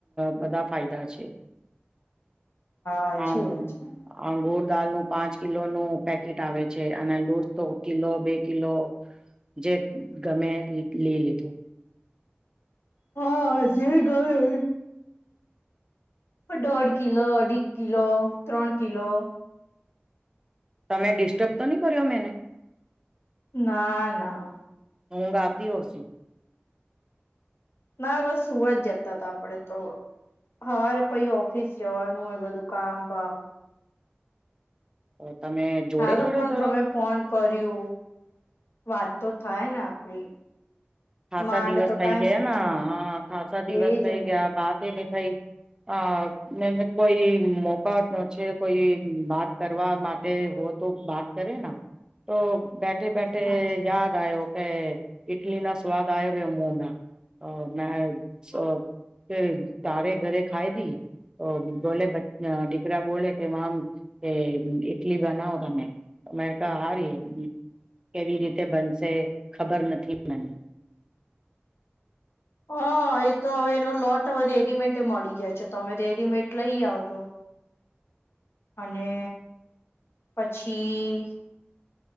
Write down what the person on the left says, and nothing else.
સાચી
વાત છે.
હા જે ઘણે ઈ દોઢ કિલો અઢી કિલો ત્રણ કિલો
ના-ના.
ના બસ સુવા જ જતા હતા આપડે તો. હવારે પછી ઓફિસ જવાનું હોય બધું કામ વામ
હારું
પણ
તમે ફોન કર્યું વાત તો થાય ને આપડી
માંડ
તો
ટાઈમ
નીકળે
એજ
ને
સાચી વાત
હા એ તો હવે એનો લોટ હવે રેડીમેડ મળી ગયા છે તમે રેડીમેટ લઈ આવજો. અને પછી